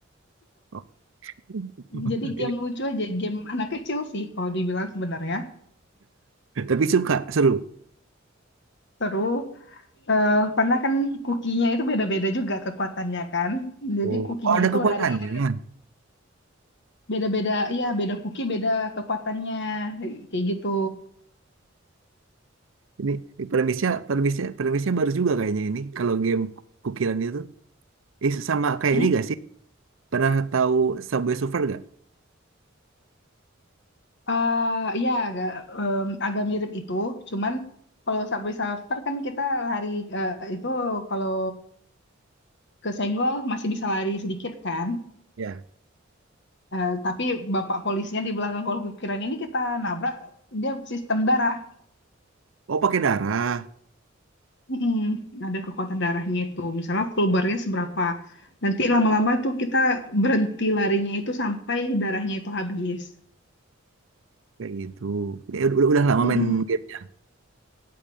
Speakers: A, on the right; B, on the left.
A: Oh, <laughs>
B: Jadi game
A: ini.
B: lucu aja, game anak kecil sih kalau dibilang sebenarnya.
A: Tapi suka, seru.
B: Seru. Eh, karena kan kukinya itu beda-beda juga kekuatannya kan. Jadi
A: Oh.
B: kukinya
A: Oh, ada
B: itu
A: kekuatannya.
B: lari lari.
A: ya.
B: beda-beda, iya beda kuki beda kekuatannya kayak gitu.
A: Ini, ini premisnya, premisnya, premisnya baru juga kayaknya ini. Kalau game kukiran itu, eh, sama kayak
B: Hmm?
A: ini gak sih? Pernah tahu Subway Surfer gak?
B: Eh, ya agak em, agak mirip itu, cuman kalau subway surfer kan kita lari eh, itu kalau kesenggol masih bisa lari sedikit kan.
A: Ya.
B: Eh, tapi bapak polisnya di belakang kalau kukiran ini kita nabrak dia sistem darat.
A: Oh, pakai darah
B: Mm-mm, ada kekuatan darahnya itu. Misalnya full bar-nya seberapa. Nanti lama-lama tuh kita berhenti larinya itu sampai darahnya itu habis.
A: kayak gitu. Ya, udah, udah lama
B: Mm-mm.
A: main gamenya.